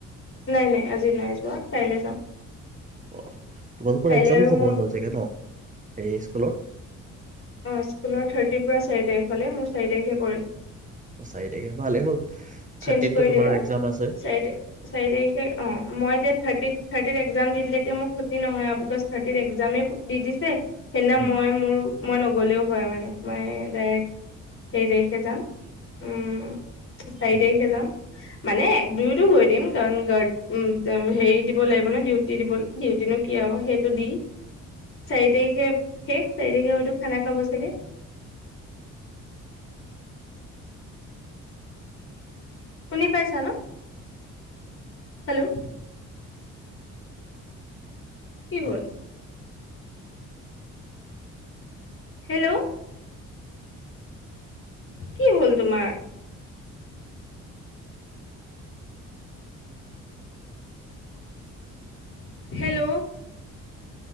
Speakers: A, on the left; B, on the right.
A: নাই-নাই, আজি নাই যোৱা, কাইলে যাম।
B: অ' তোমালোকৰ
A: কাইলৈ
B: এক্জামো
A: আৰু
B: হ'ব
A: মোৰ
B: হ'ল চাগে ন হেৰি স্কুলৰ?
A: অ' স্কুলৰ থাৰ্টিৰ পৰা চাৰি তাৰিখ হ'লে, মোৰ চাৰি তাৰিখে পৰে।
B: অ চাৰি তাৰিখে ভালেই হ'ল
A: চেঞ্জ
B: থাৰ্টিতটো
A: কৰি
B: তোমাৰ
A: দিলে,
B: এক্জাম আছে
A: চাৰি-চাৰি তাৰিখে অ'। মই এতিয়া থাৰ্টি থাৰ্টিৰ এক্জাম দি দিলে এতিয়া মোৰ ক্ষতি নহয় আৰু বিকজ থাৰ্টিৰ এক্জামে দি দিছে। সেইদিনা
B: উম
A: মই মোৰ মই নগ'লেও হয় মানে মই ডাইৰেক্ট সেই তাৰিখে যাম। উম' চাৰি
B: উম
A: তাৰিখে যাম। মানে দুয়তো গৈ দিম কাৰণ গাৰ্ড হেৰি দিব লাগিব ন ডিউটি দিব ডিউটিনো কি আৰু। সেইটো দিম চাৰি তাৰিখে‌ খানা খাব চাগে। শুনি পাইছা ন। হেল্ল'। কি হল।
B: অ
A: হেল্ল' কি হ'ল তোমাৰ। হেল্ল'